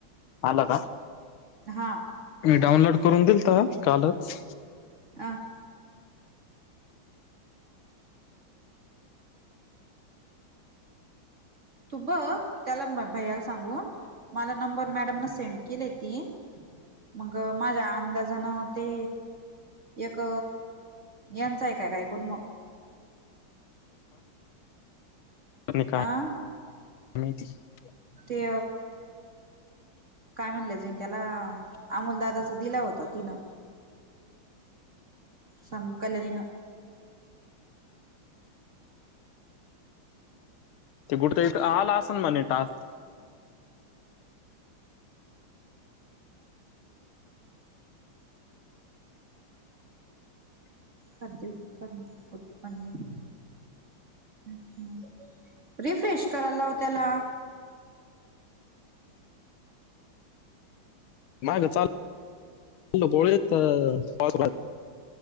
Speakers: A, on the left; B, on the right.
A: आला का?
B: हां
A: मी डाऊनलोड करून दिल तर कालच.
B: ह तू बघ त्याला भैयाला सांगून. मला नंबर मॅडम न सेंड केले ते. मग माझ्या अंदाजानं ते एक यांचं एक काय का ऐकून मग
A: आणि
B: हां
A: नाही त
B: ते काय म्हणले जे त्याला अमोलदादाच दिला होता तिनं. संम कल्याननं.
A: ते बुडत आला असन म्हणे टास्
B: खाद्य उत्पन् उत्पन्न अ रिफ्रेश कराय लाव त्याला
A: नाही ग चाल गोळी पाह